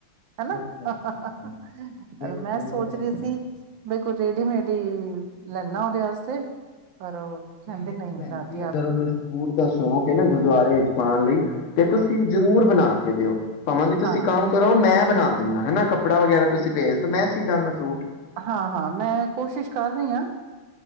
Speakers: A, on the right; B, on the left.
A: ਹਨਾ।
B: ਅੱਛਾ
A: ਪਰ
B: ਅੱਛਾ ਦੇਖੋ
A: ਮੈਂ
B: ਬੜੀ
A: ਸੋਚ
B: ਵਧੀਆ
A: ਰਹੀ
B: ਗੱਲ
A: ਸੀ ਦੇਖੋ ਰੇਡੀਮੇਡ ਹੀ ਲੈਣਾ ਉਹਦੇ ਵਾਸਤੇ ਪਰ ਉਹ ਕਹਿੰਦੇ
B: ਵੇਖੋ
A: ਨਹੀਂ
B: ਭੈਣ
A: ਦਾਦੀ
B: ਜੀ ਅਗਰ
A: ਆਪ
B: ਉਹਨੂੰ ਸੂਟ ਦਾ ਸ਼ੌਕ ਹੈ ਨਾ ਗੁਰਦੁਆਰੇ ਵਿੱਚ ਪਾਉਣ ਲਈ ਤੇ ਤੁਸੀਂ
A: ਹਮ
B: ਜ਼ਰੂਰ ਬਣਾ ਕੇ ਦਿਓ। ਭਾਵਾਂ ਕੀ ਤੁਸੀਂ
A: ਹਾਂ,
B: ਕੰਮ ਕਰੋ ਮੈਂ ਬਣਾ ਦਿੰਨਾ ਹਨਾ। ਕੱਪੜਾ ਵਗੈਰਾ ਤੁਸੀਂ ਭੇਜਦੋਂ ਮੈਂ ਸੀਦਾਂਗਾ ਸੂਟ।
A: ਹਾਂ ਹਾਂ, ਮੈਂ ਕੋਸ਼ਿਸ਼ ਕਰ ਰਹੀ ਆ